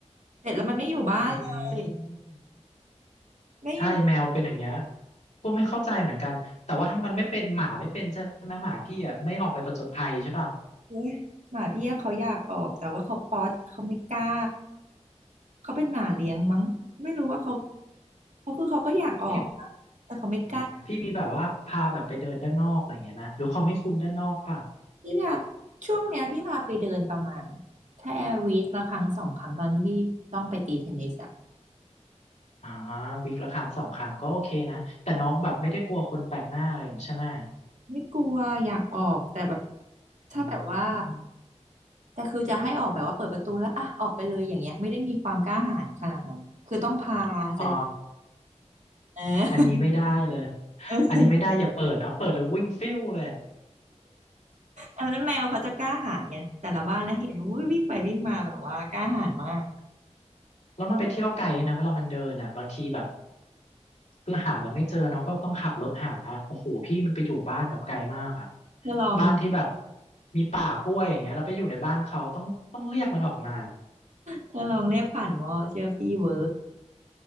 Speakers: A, on the right; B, on the left.
A: เสร็จแล้วมันไม่อยู่บ้านเลย
B: อืม
A: ไม่อยู่
B: ใช่แมวเป็นอย่างเงี้ยก็ไม่เข้าใจเหมือนกันแต่ว่าถ้ามันไม่เป็นหมาไม่เป็นใช่ไหมหมาพี่อ่ะไม่ออกไปผจญภัยใช่ป่ะ
A: เลยหมาพี่เขาอยากออกแต่ว่าเขาป๊อตเขาไม่กล้าเขาเป็นหมาเลี้ยงมั้งไม่รู้ว่าเขาเขาคือเขาก็อยากออกนะแต่เขาไม่กล้า
B: พี่อ๋อพี่มีแบบว่าพาแบบไปเดินด้านนอกอะไรอย่างเงี้ยไหมหรือเขาไม่คุ้นด้านนอกป่ะ
A: พี่พาช่วงเนี้ยพี่พาไปเดินประมาณแค่วีคละครั้งสองครั้งตอนที่พี่ต้องไปตีเทนนิสอะ
B: อ่าวีคละครั้งสองครั้งก็โอเคนะแต่น้องแบบไม่ได้กลัวคนแปลกหน้าอะไรอย่างงี้ใช่ไหม
A: ไม่กลัวอยากออกแต่แบบถ้าแบบว่า
B: อืม
A: แต่คือจะให้ออกแบบว่าเปิดประตูแล้วอ่ะออกไปเลยอย่างเงี้ยไม่ได้มีความกล้าหาญขนาดนั้นคือต้องพาแสดง
B: อ๋อ
A: เออ
B: อันนี้ไม่ได้เลย
A: <laughs>
B: อันนี้ไม่ได้อย่าเปิดนะเปิดแล้ววิ่งฟิวเลย
A: อันนั้นแมวเขาจะกล้าหาญไงแต่ละบ้านนะเห็นอุ้ยวิ่งไปวิ่งมาแบบว่ากล้าหาญมาก
B: แล้วมันไปเที่ยวไกลนะเวลามันเดินอ่ะบางทีแบบคือหามันไม่เจอเนาะก็ต้องขับรถหาอะโอ้โหพี่มันไปอยู่บ้านแบบไกลมากอ่ะ
A: เธอลอง
B: บ้านที่แบบมีป่ากล้วยอย่างเงี้ยแล้วไปอยู่ในบ้านเขาต้องต้องเรียกมันออกมา
A: เธอลองเรียกผ่านวอเชื่อพี่เวิร์ก